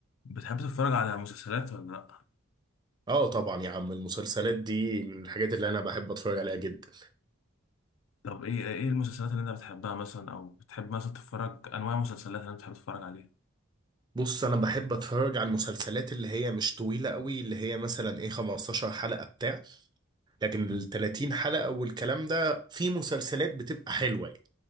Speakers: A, on the left (about 75°); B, on the right (about 20°).
A: بتحب تتفرج على مسلسلات ولا لأ؟
B: اه طبعا يا عم المسلسلات دي من الحاجات اللي انا بحب اتفرج عليها جدا
A: طب ايه ايه المسلسلات اللي انت بتحبها مثلا او بتحب مثلا تتفرج انواع المسلسلات اللي انت بتحب تتفرج عليها؟
B: بص انا بحب اتفرج على المسلسلات اللي هي مش طويلة قوي اللي هي مثلا ايه 15 حلقة بتاع لكن
A: مم.
B: ال 30 حلقة والكلام ده في مسلسلات بتبقى حلوة يعني